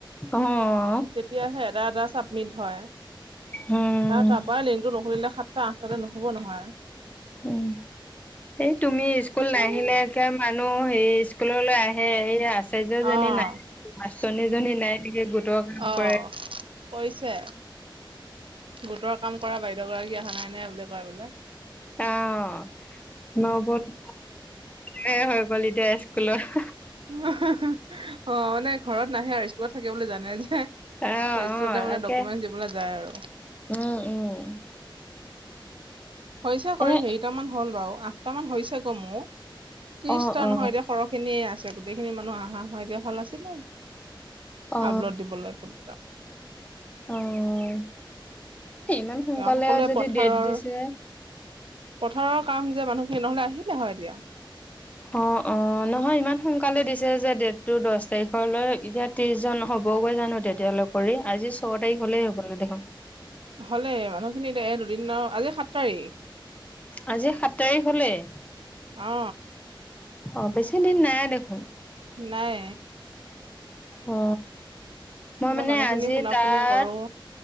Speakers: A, on the left; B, on the right.
A: অ'।
B: তেতিয়াহে এটা এটা চাবমিট হয়,
A: উম
B: আৰু তাৰ পৰা লিংকটো নুখুলিলে সাতটা আঠতাতে নহ'ব নহয়।
A: উম, এই তুমি ইস্কুল
B: কিছুমানে
A: নাহিলে মানুহ হে ইস্কুললৈ আহ সে, হে আচাৰ্যজনী
B: অ',
A: নাই মাষ্টৰনীজনী নাই নেকি গোটৰ কাম
B: অ',
A: কৰে
B: কৰিছে গোটৰ কাম কৰা বাইদেউ গৰাকী অহা নাই নে বুলি কয় বোলে
A: অ', নৱদ, হৈ হলিডে স্কুলৰ
B: অ', মানে ঘৰত নাহে আৰু স্কুলত থাকিব বুলি জানে যে। সেই
A: অ
B: ইস্কুলতে
A: অ
B: মানে
A: তাকে
B: ডকুমেন্ট দিবলৈ যায় আৰু।
A: উম উম
B: হৈছে কৰি,
A: এ
B: হেৰিটামান হ'ল বাৰু আঠটামান হৈছে গৌ মোৰ ত্ৰিশটা
A: অ অ
B: নহয় এতিয়া সৰহ খিনিয়ে আছে গোটেইখিনি মানুহ আহা হয় এতিয়া ভাল আছিলে।
A: অ
B: আপলোড দিব লাগিবো কেইটা
A: অ'। ইমান সোনকালে
B: সকলোৱে
A: যদি
B: পথাৰৰ,
A: ডেট দিছে
B: পথাৰৰ কাম যে মানুহ সেই নহ'লে আহিলে হয় দিয়া
A: অ', অ', নহয় ইমান সোনকালে দিছে যে ডেটটো দহ তাৰিখলৈ এতিয়া ত্ৰিশ জন হ'বগৈ জানো তেতিয়াল কৰি আজি ছয় তাৰিখ হলেই হ'ব দেখোন
B: হ'লে মানুহখিনি দে- দুদিন আৰু আজি সাত তাৰিখ।
A: আজি সাত তাৰিখ হ'লেই।
B: অ
A: অ', বেছি দিন নাই দেখোন।
B: নাই।
A: অ মই মানে
B: মানুহ খিনি
A: আজি
B: ফোনা-ফোনি
A: তাৰ
B: কৰোঁ